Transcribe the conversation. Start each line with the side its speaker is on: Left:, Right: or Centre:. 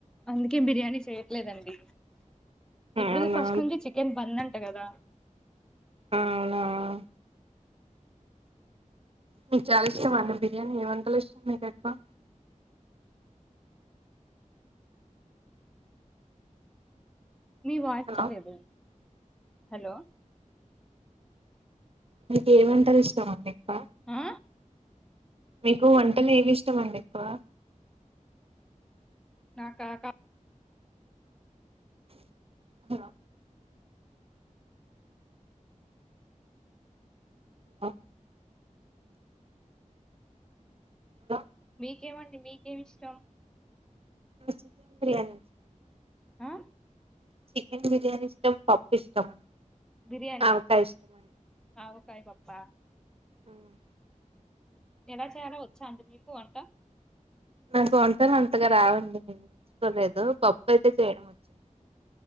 Centre: అందుకే బిర్యానీ చేయట్లేదండి ఎప్పుడుదు
Right: అవునా
Centre: ఫస్ట్ నుంచంచి చికెన్ పందండి కదా
Right: అవునావు మీకు చాలా ఇష్టం అన్న బిర్యానీ ఏ వందలు ఇష్టం మీకు ఎక్కువ
Centre: మీ వాచ్చలేదు
Right: హలో
Centre: హలో
Right: మీకు ఏమంటారు ఇస్తామండి ఎప్ప
Centre: ఆ
Right: మీకు వంటలు ఏవి ఇష్టమ అండి ఎక్కువ
Centre: నాకా
Right: హ ఆ హద
Centre: మీకేమండి మీకేమి ఇష్టం
Right: చికెన్ బిర్యానీ
Centre: ఆహ్.
Right: చికెన్ బిర్యానీ ఇష్టం. పప్పు ఇష్టం.
Centre: బిర్యానియా,
Right: ఆవకాయ ఇష్టం
Centre: ఆవకాయ. ఆవకాయ పప్పా.
Right: ఉమ్
Centre: ఎలా చేయాలో వచ్చా అండి మీకు వంట.
Right: నాకు వంటలు అంతగా రావండి. నేను నేరుచుకోలేదు పప్పు అయితే చేయడం వచ్చు.